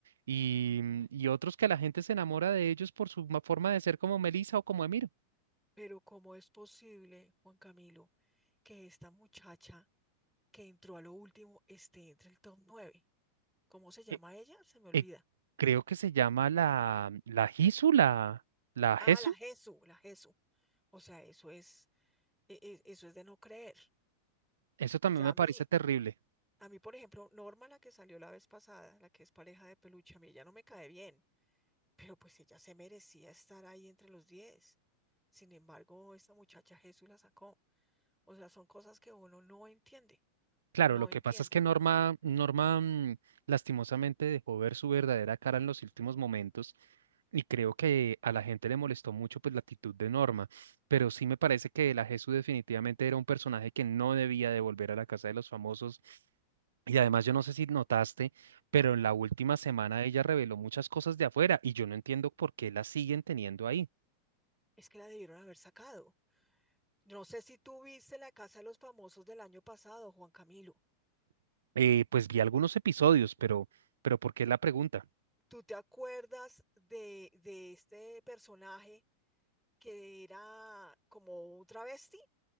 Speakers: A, on the right (about 65°); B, in the centre.
A: y, mm, y otros que la gente se enamora de ellos por su ma- forma de ser como Melissa o como Emiro.
B: Pero ¿cómo es posible, Juan Camilo, que esta muchacha que entró a lo último esté entre el top nueve. ¿Cómo se llama
A: Eh,
B: ella? Se me olvida.
A: eh, creo que se llama la, la Hisu, la, la Jesu.
B: Ah, la Jesu, la Jesu. O sea, eso es, e- e- eso es de no creer.
A: Eso también
B: O sea,
A: me
B: a
A: parece
B: mí,
A: terrible.
B: A mí, por ejemplo, Norma, la que salió la vez pasada, la que es pareja de peluche, a mí ella no me cae bien, <laughs> pero pues ella se merecía estar ahí entre los diez. Sin embargo, esta muchacha Jesús la sacó. O sea, son cosas que uno no entiende,
A: Claro,
B: no
A: lo
B: entiende.
A: que pasa es que Norma, Norma mm, lastimosamente dejó ver su verdadera cara en los últimos momentos y creo que a la gente le molestó mucho pues la actitud de Norma, pero sí me parece que la Jesús
B: Mm.
A: definitivamente era un personaje que no debía de volver a la casa de los famosos y además yo no sé si notaste, pero en la última semana ella reveló muchas cosas de afuera y yo no entiendo por qué la siguen teniendo ahí.
B: Es que la debieron haber sacado. No sé si tú viste la Casa de los Famosos del año pasado, Juan Camilo.
A: Eh, pues vi algunos episodios, pero, pero ¿por qué la pregunta?
B: ¿Tú te acuerdas de, de este personaje que era como un travesti,